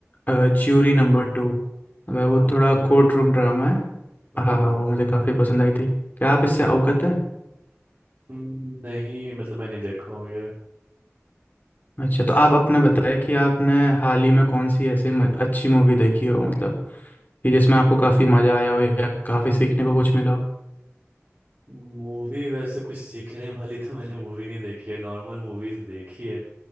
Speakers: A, on the left (about 40°); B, on the right (about 35°).
A: ज्यूरी नंबर टू अगर वो
B: ओके
A: थोड़ा कोर्ट रूम ड्रामा है
B: ओ,
A: हाँ हाँ वो मुझे काफ़ी पसंद आई थी क्या आप इससे अवगत हैं
B: हम्म, नहीं मतलब मैंने देखा हूँ ये
A: अच्छा तो आप अपना बताइए कि आपने हाल ही में कौन सी ऐसी म- अच्छी मूवी देखी हो मतलब कि जिसमें आपको काफ़ी मज़ा आया हो या काफ़ी सीखने को कुछ मिला हो
B: मूवी वैसे कुछ सीखने वाली तो मैंने मूवी नहीं देखी है नॉर्मल मूवीज देखी है